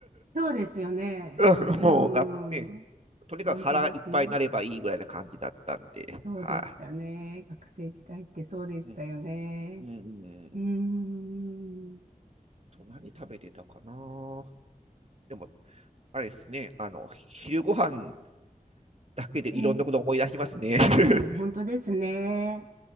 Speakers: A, on the right (about 65°); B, on the right (about 50°).
A: そうですよね。
B: <laughs> うんもう学、
A: うん。
B: ね、とにかく腹がいっぱいになればいいぐらいな感じだったんで、
A: 本当ですね。そうでしたね。
B: は
A: 学生時代ってそうでしたよね。
B: い。うん、うん、うん。うん
A: うーん。
B: と、何食べてたかな。でも、あれですね、あの、昼ご飯だけでいろんなこと思い出しますね。
A: ええ
B: <laughs>
A: うん、本当ですね。